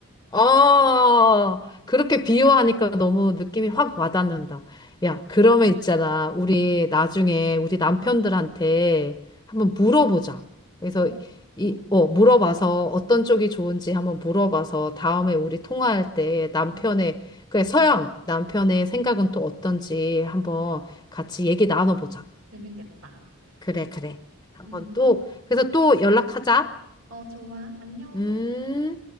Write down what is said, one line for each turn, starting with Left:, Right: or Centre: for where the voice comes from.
Left: 아, 그렇게 비유하니까 너무 느낌이 확 와닿는다. 야, 그러면 있잖아. 우리
Right: 어,
Left: 나중에 우리 남편들한테
Right: 응.
Left: 한번 물어보자. 그래서
Right: 어,
Left: 이,
Right: 어,
Left: 어, 물어봐서 어떤 쪽이 좋은지 한번 물어봐서 다음에 우리 통화할 때 남편의,
Right: 음,
Left: 그래, 서양 남편의 생각은 또 어떤지 한번 같이 얘기 나눠보자.
Right: 재밌겠다.
Left: 그래, 그래. 한번
Right: 음,
Left: 또, 그래서 또 연락하자.
Right: 어, 좋아, 안녕.
Left: 음.